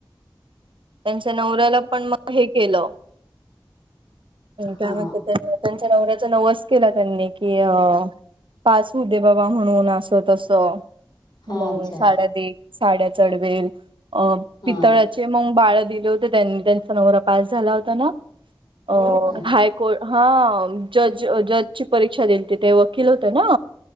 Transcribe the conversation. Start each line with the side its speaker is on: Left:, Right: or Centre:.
Right: त्यांच्या नवऱ्याला पण मग हे केलं
Left: हा
Right: का म्हणते त्यां-त्यांच्या नवऱ्याचा नवस केला त्यांनी की अ पास हू दे बाबा म्हणून असं तस,
Left: हा,
Right: मग
Left: अच्छा
Right: साड्या देईन. साड्या चढवेल अ
Left: हा
Right: पितळाचे मग बाळ्या दिन केले होते त्यांनी त्यांचा नवरा पास झाला होता ना, अं
Left: हो का
Right: हा हा जज जजची परीक्षा देलती ते वकील होते ना,